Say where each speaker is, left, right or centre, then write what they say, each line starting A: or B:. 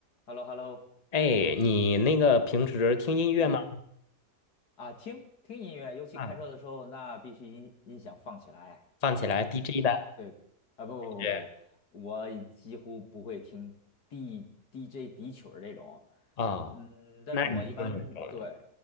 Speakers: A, on the left (about 80°); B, on the left (about 30°).
A: h e l l o h e l l o
B: 哎，你那个平时听音乐吗？
A: 嗯啊，听听音乐，尤其开车的时候，
B: 啊，
A: 那必须音音响放起来。
B: 放起来 DJ
A: 我天，
B: 的
A: 对，啊不不不不不，
B: 是
A: 我已几乎不会听 D DJ 底曲儿这种，
B: 啊，
A: 嗯，但是我一般对，
B: 那你听得很重要。